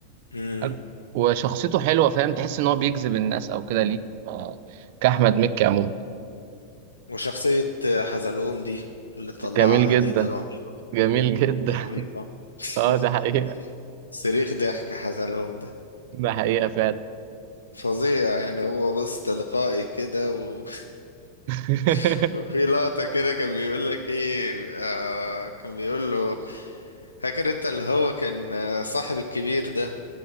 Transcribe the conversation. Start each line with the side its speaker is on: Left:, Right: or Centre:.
Left: مم.
Right: حلو. وشخصيته
Left: مم.
Right: حلوة فاهم تحس إن هو بيجذب الناس أو كده ليه ف- كأحمد مكي عموما
Left: وشخصية حزلقوم دي اللي طلعها
Right: جميل جدا
Left: دي دي رهيبة
Right: جميل جدا
Left: دي رهيبة
Right: <laughs>
Left: <laughs>
Right: اه ده حقيقة
Left: صريخ ضحك حزلقوم ده
Right: ده حقيقة فعلا
Left: فظيع يعني هو بص تلقائي كده و...
Right: <laughs>
Left: <laughs> وفي لقطة كده كان بيقول لك ايه آه كان بيقول له فاكر انت اللي هو كان آه، صاحب الكبير ده